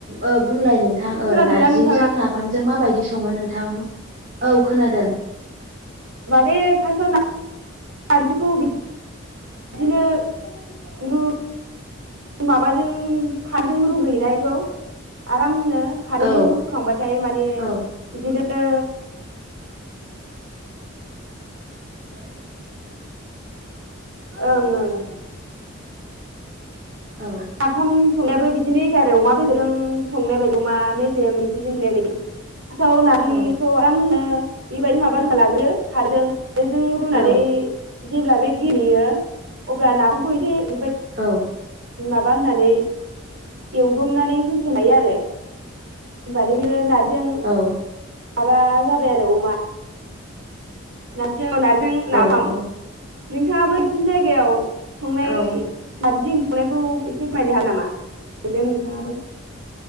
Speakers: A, on the right; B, on the right.
A: औ बुंलाय नोंथां
B: खोनादोंना
A: नारजिजों
B: नोंथाङा
A: ना। नाफामजों माबायदि सङो नोंथां औ खोनादों।
B: माने फार्स <inaudible> नारजिखौ बिदिनो रु माबाजों <unintelligible> रुग्रोयोना बेखौ आरामनो खारैजों
A: औ
B: रुखुखांबाथाय माने
A: औ
B: बिदिनो
A: <inaudible>
B: ओं ओं
A: औ।
B: नाफाम संनायाबो बिदिनो एखे आरो अमा बेदरजों संनाय बायदि अमा मेजेम बिदि हैनाय बायदि फार्सथाव नारजिखौ
A: औ
B: आरामनो बेबायदि माबाग्रोना लाग्रोयो। खारजों खारैजों रुनानै
A: औ
B: जेब्ला बे गेलेयो अब्ला नाफामखौ एसे बेबाय
A: औ
B: माबा होनानै एवदुमनानै होस'नाय आरो। होनबानो बे नार्जिजों
A: औ
B: माबा जाबाय आरो अमा। नारजि नारजिजों
A: औ
B: नाफाम नोंथाङाबो नोंसिनि जायगायाव संनाय
A: औ
B: नारजि ओंख्रि संनायखौ एसे फायनो हाया नामा मोनदो नोंथाङाबो।